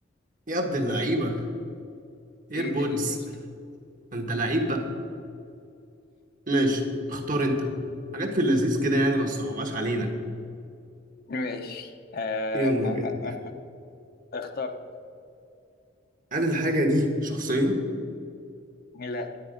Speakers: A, on the right (about 45°); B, on the left (about 55°).
A: يا عبد اللعيبة إيربودز
B: ايه ده ايه ده ايه ده؟
A: أنت لعيب بقى ماشي اختار أنت حاجات في اللذيذ كده يعني ما تصعبهاش علينا
B: ماشي آه
A: يلا
B: آه
A: بينا
B: آه آه. اخترت
A: هل الحاجة دي شخصية
B: لا